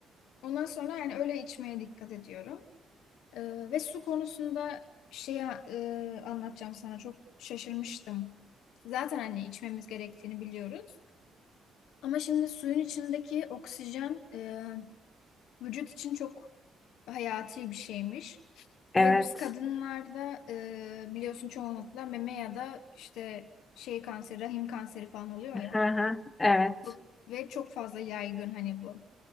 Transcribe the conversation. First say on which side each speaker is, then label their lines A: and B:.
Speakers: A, on the left; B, on the left.
A: Ondan sonra yani öyle içmeye dikkat ediyorum. Ee, ve su konusunda şeyi e, anlatacağım sana çok şaşırmıştım. Zaten hani içmemiz gerektiğini biliyoruz. Ama şimdi suyun içindeki oksijen e, vücut için çok hayati bir şeymiş.
B: Evet.
A: Ve biz kadınlarda e, biliyorsun çoğunlukla meme ya da işte şey kanseri, rahim kanseri falan oluyor ya.
B: Hı hı. Evet.
A: Çok- Ve çok fazla yaygın hani bu.